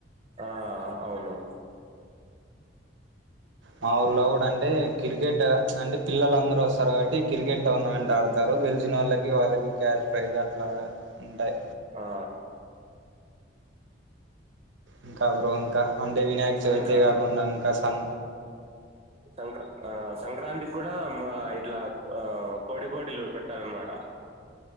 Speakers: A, on the right; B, on the right.
A: ఆ అవును
B: మా ఊర్లో కూడా అంటే క్రికెట్ అంటే పిల్లలు అందరుూ వస్తారు కాబట్టి క్రికెట్ టోర్నమెంట్ ఆడతారు గెలిచిన వాళ్ళకి వాళ్ళకి క్యాష్ ప్రైజ్ అట్లా ఉంటాయి
A: ఆ
B: ఇంకా బ్రో ఇంకా అంటే వినాయక్ చవితే
A: ఇంకా
B: కాకుండా ఇంకా సం
A: సంక్రా ఆ సంక్రాంతి కూడా ఇట్లా కోడి కోటిలు పెట్టాలనమాట